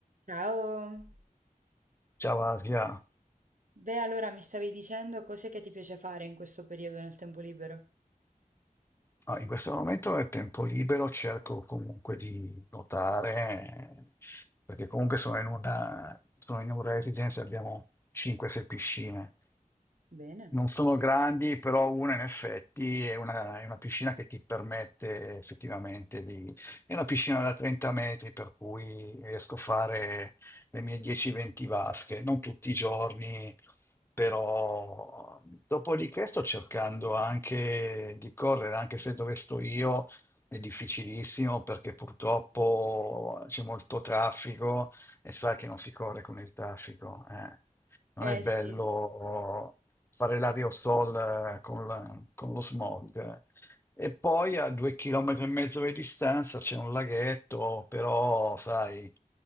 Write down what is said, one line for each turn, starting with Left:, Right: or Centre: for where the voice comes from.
Right: Ciao.
Left: Ciao Asia,
Right: Beh, allora mi stavi dicendo cos'è che ti piace fare in questo periodo nel tempo libero?
Left: Ah, in questo momento nel tempo libero cerco comunque di nuotare, eh, perché comunque sono in una, sono in una residenza, abbiamo 5-6 piscine.
Right: Bene,
Left: Non sono
Right: anche
Left: grandi, però una in effetti è una, è una piscina che ti permette effettivamente di... È una piscina da 30 metri, per cui riesco a fare le mie 10-20 vasche, non tutti i giorni, però dopodiché sto cercando anche di correre, anche se dove sto io è difficilissimo perché purtroppo c'è molto traffico e sai che non si corre con il traffico. eh. Non
Right: Eh
Left: è bello
Right: sì.
Left: fare l'aerosol eh, con, la- con lo smog. eh. E poi a due chilometri e mezzo di distanza c'è un laghetto, però sai,